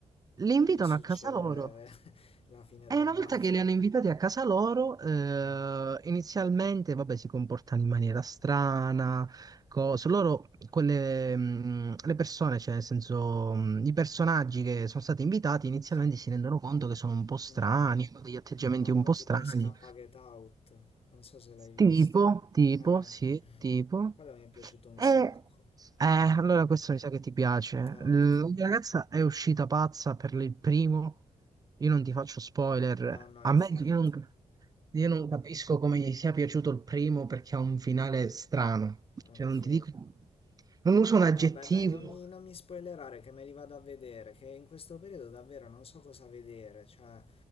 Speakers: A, on the right (about 30°); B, on the left (about 50°).
A: Li
B: E
A: invitano
B: lì succede
A: a casa loro.
B: <laughs> la fine del
A: E una
B: mare.
A: volta che li hanno invitati a casa loro, eh,
B: Mm,
A: inizialmente, vabbè, si comportano in maniera strana, cose. Loro, quelle, mh, le persone, cioè, nel senso, mh, i personaggi che sono stati invitati, inizialmente
B: sì.
A: si rendono conto che sono un po' strani,
B: Mm, mm.
A: hanno degli atteggiamenti
B: Ha un
A: un
B: po'
A: po'
B: tipo
A: strani.
B: Scappa Get Out, non so se l'hai visto.
A: Tipo, tipo,
B: Eh,
A: sì, tipo.
B: quello mi è piaciuto un
A: E
B: sacco.
A: eh, allora
B: Mm.
A: questo mi sa che ti piace.
B: Ah,
A: La
B: ok.
A: mia ragazza è uscita pazza per il primo. Io non ti faccio spoiler.
B: No, no,
A: A
B: infatti.
A: me io non, io non capisco come gli sia piaciuto il primo perché ha un finale strano.
B: Ok.
A: Cioè, non ti dico. Non uso un aggettivo.
B: Vabbè, dai, non mi, non mi spoilerare che me li vado a vedere, che in questo periodo davvero non so cosa vedere, cioè